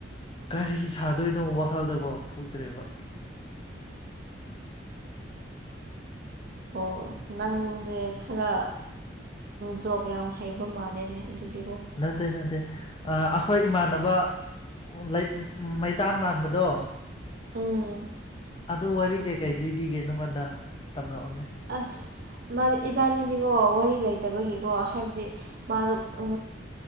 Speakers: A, on the left; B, on the right.
A: ꯀꯔꯤ ꯁꯥꯗꯣꯏꯅꯣ ꯋꯥꯈꯜꯗꯀꯣ ꯊꯣꯛꯇ꯭ꯔꯦꯕ
B: ꯑꯣ ꯅꯪꯁꯦ ꯈꯔ ꯖꯣꯒ ꯌꯥꯝ ꯍꯩꯕ ꯃꯥꯜꯂꯅꯦ ꯑꯗꯨꯗꯤꯕꯨꯣ
A: ꯅꯠꯇꯦ ꯅꯠꯇꯦ ꯑꯩꯈꯣꯏ ꯏꯃꯥꯟꯅꯕ ꯂꯩ ꯃꯩꯇꯥꯟ ꯃꯥꯟꯕꯗꯣ
B: ꯎꯝ
A: ꯑꯗꯨ ꯋꯥꯔꯤ ꯀꯩꯀꯔꯤ ꯂꯤꯕꯤꯒꯦ ꯅꯉꯣꯟꯗ ꯇꯝꯔꯛꯑꯣꯅꯦ
B: ꯑꯁ ꯃꯥ ꯏꯕꯥꯅꯤꯗꯤꯀꯣ ꯋꯥꯔꯤ ꯂꯩꯇꯕꯒꯤꯀꯣ ꯍꯥꯏꯕꯗꯤ ꯃꯥꯗꯣ ꯑ